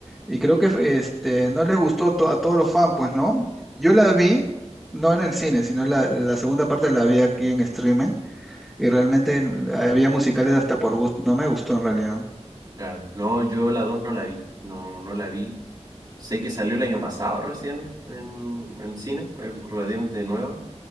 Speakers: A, in the centre; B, on the right (about 35°).
A: Y creo que fue, este, no les gustó to- a todos los fans, pues, ¿no? Yo la vi, no en el cine, sino la, la segunda parte la vi aquí en streaming y realmente había musicales hasta por gusto, no me gustó en realidad.
B: Claro. No, yo la 2 no la vi. No, no la vi. Sé que salió el año pasado recién en, en cine, es relativamente nueva.